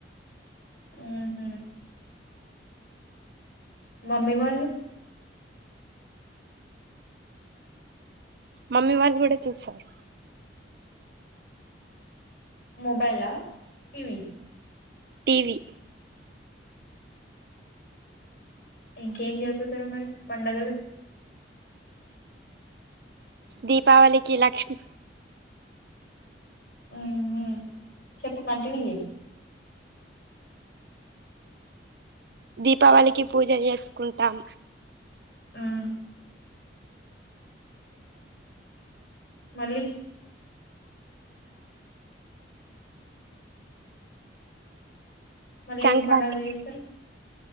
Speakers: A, on the left; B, on the right.
A: ఆ హ మమ్మీ వాళ్
B: మమ్మీ వాళ్ళు కూడా చూస్తారు
A: మొబైలా టీవి
B: టీవీ
A: ఇంకేం జరుపుతారు మరి పండుగలు
B: దీపావళికి లక్ష్మి
A: <unintelligible> చెప్పు కంటిన్యూచేయ్
B: దిప్ పావళికి పూజ చేసుకుం టం
A: హ్మ్ మళ్ళి మళ్ళీ
B: సంక్రాంతికి
A: ఏం పండుగలు చేస్తారు